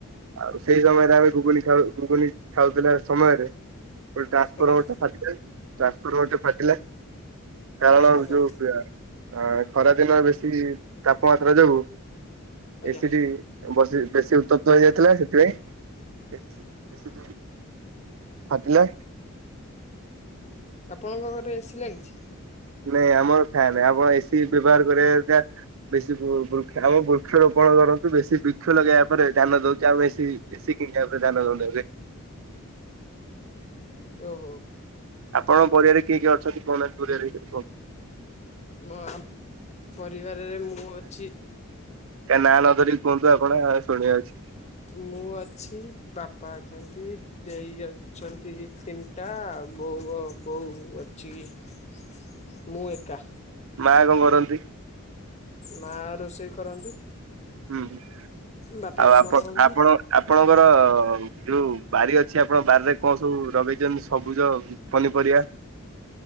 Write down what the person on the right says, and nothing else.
ଆଉ ସେଇ ସମୟରେ ଆମେ ଘୁଗୁନି ଖାଉ, ଘୁଗୁନି ଖାଉଥିଲା ସମୟରେ ଟ୍ରାନ୍ସଫର୍ମର
<unintelligible> ଟ୍ରାନ୍ସଫର୍ମର ଗୋଟେ ଫାଟିଲା। କାରଣ
ବି ଯୋଉ <unintelligible> ହ ଖରା ଦିନ ବେଶୀ ତାପମାତ୍ରା ଯୋଗୁଁ
ଏସିଡି ବସି ବେଶୀ ଉତ୍ତପ୍ତ ହେଇଯାଇଥିଲା। ସେଥିପାଇଁ <unintelligible> ଫାଟିଲା-
ନାଇଁ ଆମର ଫ୍ୟାନ୍ ଆମ ଏସିି ବ୍ୟବହାର କରିବା <unintelligible> ବେଶୀ ବୃକ୍ଷ ଆମ ବୃକ୍ଷରୋପଣ କରନ୍ତୁ। ବେଶୀ ବୃକ୍ଷ ଲଗେଇବା ପରେ ଧ୍ୟାନ ଦଉଛି। ଆମେ ଏସି ଏସିି କିଣିବା ପରେ ଧ୍ୟାନ ଦଉନୁ ଏବେ।
ଆପଣଙ୍କ ପରିବାର କିଏ କିଏ ଅଛନ୍ତି କହୁନାହାନ୍ତି ପରିବାର ଭିତରେ କୁହନ୍ତୁ?
କାହା ନାଆ ନ ଧରିକି କୁହନ୍ତୁ ଆପଣ ଶୁଣିବା <unintelligible> ଅଛି।
ମା କଣ କରନ୍ତି?
ହୁଁ
ଆଉ
ଆପଣ
ଆପଣ ଆପଣଙ୍କର ହ ଯୋଉ ବାରି ଅଛି ଆପଣଙ୍କ ବାରିରେ କଣ ସବୁ ଲଗେଇଛନ୍ତି ସବୁଜ ପନିପରିବା?